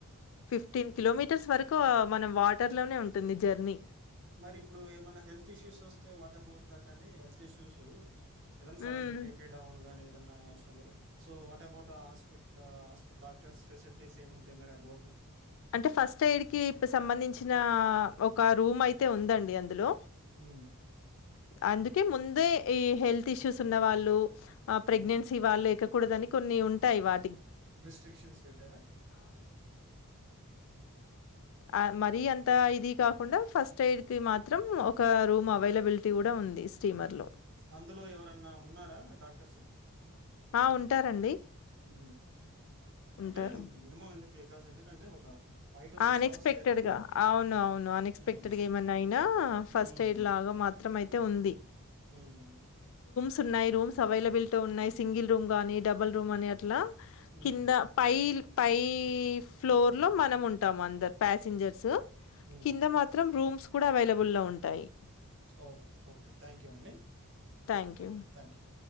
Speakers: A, on the left; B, on the right.
A: ఫిఫ్టీన్ కిలోమీటర్స్ వరకు మనం వాటర్ లోనే ఉంటుంది జర్నీ
B: మరి ఇప్పుడు ఏమైన్నా హెల్త్ ఇష్యూస్ వస్తే వాట్ అబౌట్ థట్ అండి హెల్త్ ఇష్యూస్ ఏదన్నా సడన్
A: మ్మ్
B: బపీ డౌన్ గానే ఏదన్నా sugar so what about hospital హాస్పిట డాక్టర్స్ ఫెసిలిటీస్ ఏమింటాయి మరి ఆ బోట్ లో
A: అంటే ఫస్ట్ ఎయిడ్ కి ఇప్పుడు సంబంధించిన ఒక రూమ్ అయితే ఉందండి అందులో
B: ఉ
A: అందుకే ముందే ఈ హెల్త్ ఇష్యూస్ ఉన్న వాళ్ళు ఆ ప్రెగ్నెన్సీ
B: హ్మ్.
A: వాళ్ళు కూడదని కొన్ని ఉంటాయి వా
B: రిస్ట్రిక్షన్ పెట్టారా
A: ఆ మరీ అంత ఇది కాకుండా ఫస్ట్ ఎయిడ్ కి మాత్రం ఒక రూమ్ అవైలబిలిటీ కూడా ఉంది స్టీమర్ లో
B: అందులో ఎవరన్నా ఉన్నారా డాక్టర్స్
A: ఆ ఉంటారండి
B: ఉ
A: ఉంటారు.
B: అంటే మినిమం ఎకాస ఎందుకంటే ఒక
A: అన్ ఎక్స్పెక్టెడ్
B: అవర్స్ జర్నీ
A: గా
B: కదా!
A: అవును అవును అన్ఎక్స్పెక్టెడ్గా
B: హ్మ్.
A: ఏమన్నా అయినా ఫస్ట్
B: హ్మ్.
A: ఎయిడ్ లాగా మాత్రం అయితే ఉంది
B: హ్మ్.
A: సున్నాయి రూమ్స్ అవైలబుల్ వెళ్ల్తో ఉన్నాయి సింగిల్ రూమ్ గానీ డబల్ అని అట్లా
B: హ్మ్.
A: కింద పైల్ పై ఫ్లోర్ లో మనం ఉంటా ం అందరు ప్యాసింజర్స్
B: హ్మ్.
A: కింద మాత్రం రూమ్స్ కూడా అవైలబుల్ గా ఉంటాయి
B: ఓకే ఓకే థ్యాంక్ యూ అండి
A: thank
B: Okay
A: you.
B: thank you